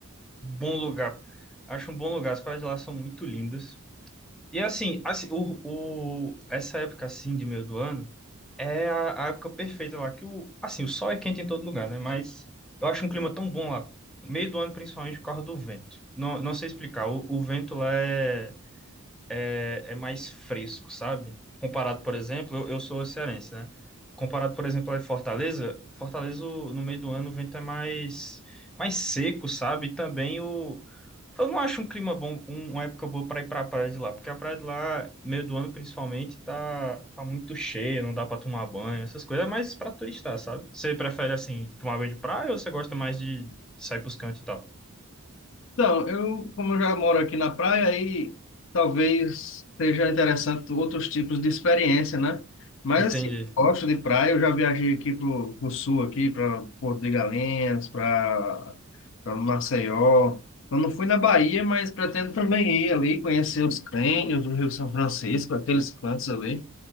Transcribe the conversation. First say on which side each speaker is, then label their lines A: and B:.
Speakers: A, in the centre; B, on the left.
A: Bom lugar. Acho um bom lugar. As praias de lá são muito lindas. E assim, assim, o, o- essa época assim de meio do ano é a, a época perfeita lá, que o, assim, o sol é quente em todo lugar, né? Mas eu acho um clima tão bom lá. Meio do ano, principalmente por causa do vento. Não, não sei explicar. O, o vento lá é é, é mais fresco, sabe? Comparado, por exemplo, eu, eu sou cearense, né? Comparado, por exemplo, a Fortaleza, Fortaleza o- no meio do ano o vento é mais, mais seco, sabe? E também o. Eu não acho um clima bom, um- uma época boa pra ir pra praia de lá, porque a praia de lá, meio do ano principalmente, tá, tá muito cheia, não dá pra tomar banho, essas coisas, é mais pra turistar, sabe? Você prefere, assim, tomar banho de praia ou você gosta mais de sair pros cantos e tal?
B: Então, eu, como eu já moro aqui na praia, aí talvez seja interessante outros tipos de experiência, né? Mas
A: Entendi.
B: assim, eu gosto de praia, eu já viajei aqui pro, pro sul aqui, para Porto de Galinhas, para para Maceió. Eu não fui na Bahia, mas pretendo também ir ali conhecer os cânions do Rio São Francisco, aqueles cantos ali.